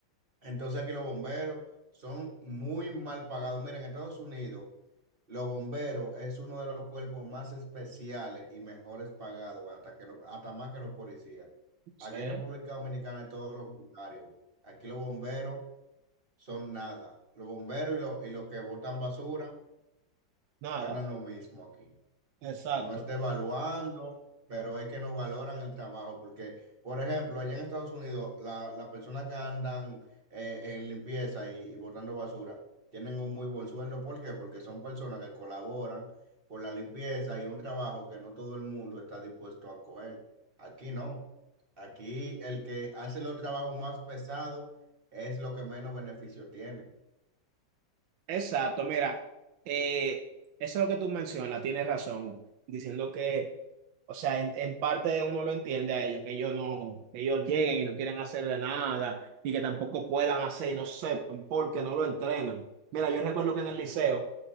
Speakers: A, on the right (about 30°); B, on the right (about 85°).
A: Entonces aquí los bomberos son muy mal pagados. Mira, en Estados Unidos, los bomberos es uno de los cuerpos más especiales y mejores pagados, hasta que lo- hasta más que los policías.
B: No
A: Aquí
B: sé,
A: en República Dominicana es todo lo contrario. Aquí los bomberos son nada. Los bomberos y los, y los que botan basura
B: nada,
A: ganan lo mismo aquí.
B: exacto.
A: Y no es Mm. devaluando, pero es que no valoran el trabajo, porque, por ejemplo, allá en Estados Unidos, la- las personas que andan eh, en limpieza y, y botando basura tienen un muy buen sueldo. ¿Por qué? Porque son personas que colaboran con la limpieza y un trabajo que no todo el mundo está dispuesto a coger. Aquí no. Aquí el que hace los trabajos más pesados es lo que menos beneficio tiene.
B: Exacto, mira, eh, eso es lo que tú mencionas, tienes razón, diciendo que o sea, en, en parte uno lo entiende a ellos, que ellos no, que ellos lleguen y no quieren hacerle nada, y que tampoco puedan hacer y no sepan porque no lo entrenan. Mira, yo recuerdo que en el liceo